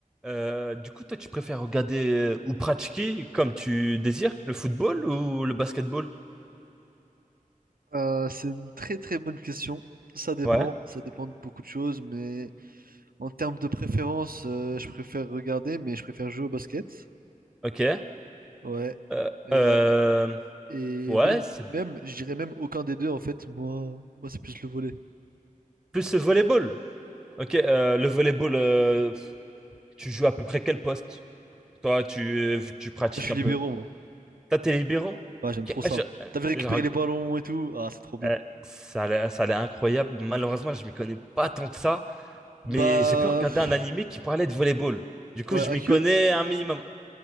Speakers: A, in the centre; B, on the right (about 80°).
A: Euh, du coup, toi, tu préfères regarder euh, ou pratiquer comme tu désires le football ou le basketball?
B: Euh, c'est une très très bonne question. Ça dépend,
A: Ouais,
B: ça dépend de beaucoup de choses, mais en termes de préférence, euh, je préfère regarder, mais je préfère jouer au basket.
A: ok.
B: Ouais.
A: Euh,
B: Et,
A: euh,
B: euh, et
A: ouais,
B: même,
A: c'est bi-
B: même, je dirais même aucun des deux en fait. Moi, moi c'est plus le volley. Moi,
A: plus le volleyball. Ok, euh, le volleyball, euh, tu joues à peu près quel poste? Toi, tu, euh, vu que tu pratiques
B: je suis
A: un
B: libéraux,
A: peu.
B: moi.
A: T'as tes libéraux?
B: Ouais, j'aime
A: Ok,
B: trop
A: ah,
B: ça.
A: je- euh,
B: T'avais récupéré
A: je reg-
B: les ballons et tout. Ah, c'est trop bien.
A: euh, ça a l'air ça a l'air incroyable. Malheureusement, je m'y connais pas tant que ça,
B: Bah,
A: mais j'ai pu regarder
B: pff,
A: un animé qui parlait de volleyball. Du coup,
B: ouais,
A: je
B: AQ.
A: m'y connais un minimum.